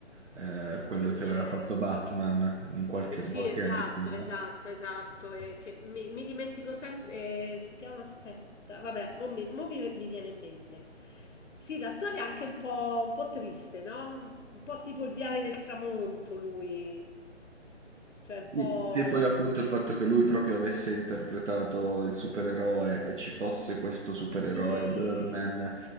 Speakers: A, on the right; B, on the left.
A: eh,
B: E
A: quello
B: lui
A: che aveva
B: è...
A: fatto Batman in qualche,
B: mh, Sì,
A: molti
B: esatto,
A: anni prima.
B: esatto, esatto. E che mi, mi dimentico sempre. eh, si chiama, aspetta, vabbè, mo mi, mo mi- mi viene in mente. Sì, la storia è anche un po', un po' triste, no? Un po' tipo il viale del tramonto, lui. Cioè, un po'...
A: Sì, sì, poi appunto il fatto che lui proprio avesse interpretato il supereroe e ci fosse questo supereroe,
B: Sì,
A: Birdman,